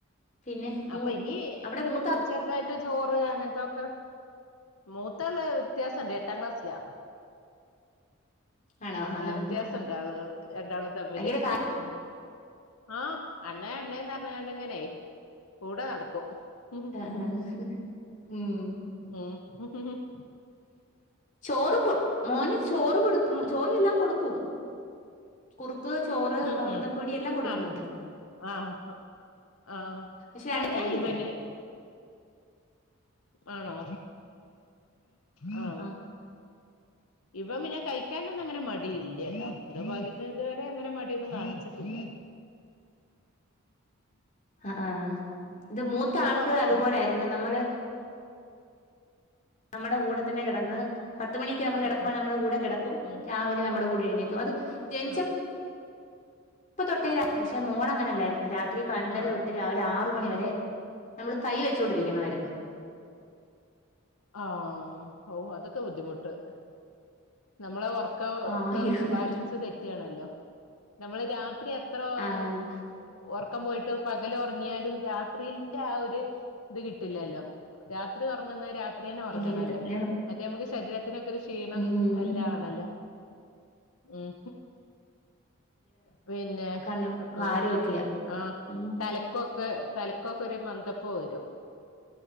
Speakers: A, on the left; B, on the left.
A: പിന്നെ മൂ
B: അപ്പൊ ഇനി
A: അവിടെ മൂത്താക്കോ
B: ചെർതായിട്ട് ചോറ് അങ്ങൻത്തെക്കെ മൂത്താള് വ്യത്യാസണ്ട് എട്ടാം ക്ലാസ്സിലാ
A: ആണോ ആഹ്
B: നല്ല വ്യത്യാസണ്ട് ആളുകൾ രണ്ടാള് തമ്മില്
A: ഭയങ്കര കാ
B: ഉം ഉം ആഹ് അണ്ണേ അണ്ണേന്ന് പറഞ്ഞിങ്ങാണ്ടിങ്ങനെ കൂടെ നടക്കും ഉം
A: ആഹ് ആഹ് ഉം
B: ഉം ഉം
A: ചോറ് കൊ മോന് ചോറ് കൊടുത്തും ചോറ് ല്ലാം കൊടുക്കും. കുറുക്ക് ചോറ്
B: ഉം
A: അമൃതം
B: ഉം
A: പൊടി എല്ലാം കൊടുക്കുന്നുണ്ട്.
B: ആഹ് ആഹ് ആഹ്.
A: പക്ഷെ ആണ്
B: ആഹ്
A: കഴിക്കത്തില്ല.
B: ഞാൻ ഇവന് ആണോ ആഹ്.
A: ആഹ്.
B: ഇവൻ പിന്നെ കഴിക്കാനൊന്നും അങ്ങനെ മടിയില്ല്യാട്ടോ എന്തോ ഭാഗ്യത്തിന് ഇതുവരെ അങ്ങനെ മടിയൊന്നു കാണിച്ചട്ടില്ലാ.
A: ആഹ് ആഹ് ഇത് മൂത്ത ആക്ക്
B: ഉറങ്ങുവോ
A: അതുപോലെ ആരുന്നു. നമ്മള് നമ്മടെ കൂടെ തന്നെ കിടന്ന് പത്തുമണിക്ക് നമ്മൾ കിടക്കുവാണെ
B: ആഹ് ആഹ്
A: നമ്മുടെ കൂടെ കിടക്കും
B: ഉം
A: രാവിലെ നമ്മുടെ കൂടെ എഴുന്നേക്കും അത് ജനിച്ച
B: ആഹ്
A: പ്പൊ തൊട്ടേ പക്ഷെ മോള് അങ്ങനെയല്ലായിരുന്നു രാത്രി പതിനൊര
B: ആഹ്
A: തൊട്ട് രാവിലെ ആറു മണി വരെ നമ്മള് കൈ വെച്ചുകൊണ്ടിരിക്കണമായിരുന്നു.
B: ആഹ് ഓഹ് അതൊക്കെ ബുദ്ധിമുട്ട് നമ്മളെ ഓർ ക്കം
A: ആഹ്
B: ഒക്കെ ബാലൻസ് തെറ്റിയണല്ലോ നമ്മള് രാത്രി എത്ര ഉറ
A: ആഹ്
B: ഉറക്കം പോയിട്ട് പകൽ ഉറങ്ങിയാലും രാത്രിന്റെ ആഹ് ഒരു ഇത് കിട്ടില്ലല്ലോ രാത്രി ഉറങ്ങുന്നത് രാത് ത്രി തന്നെ ഉറങ്ങണല്ലോ
A: ഇല്ല കിട്ടത്തില്ല
B: മറ്റേ നമുക്ക് ശരീരത്തിനൊക്കെ ഒരു ക്ഷീണം
A: ഉം
B: എല്ലാ ആണല്ലോ ഉം. പിന്നെ
A: കണ്ണ് ഭാരമൊക്കെയാ
B: ആഹ് ആഹ്
A: ഉം
B: തലക്കൊക്കെ തലക്കൊക്കെ ഒരു മന്ദപ്പ് വരും.